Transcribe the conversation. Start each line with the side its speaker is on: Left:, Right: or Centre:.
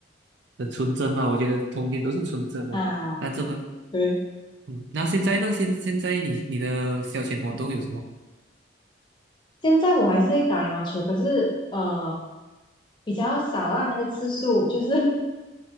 Right: 很纯真吧，我觉得童年都是纯真的。
Left: 啊！
Right: 那这么，
Left: 对，
Right: 嗯，那现在呢？现现在你你的消遣活动有什么？
Left: 现在我还是会打羽毛球，可是呃比较少啊，那个次数就是 <laughs>